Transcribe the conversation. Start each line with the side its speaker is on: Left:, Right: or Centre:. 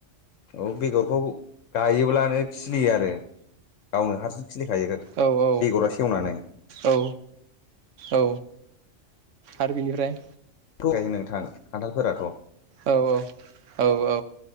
Left: औ बेगरखौ गायोब्लानो खिलियो आरो गावनो हारसिं खिलिखायो
Right: औ औ
Left: बेगरा सेवनानै
Right: औ औ आरो बेनिफ्राय
Left: खायो नोंथां खान्थालफोराथ'।
Right: औ औ औ औ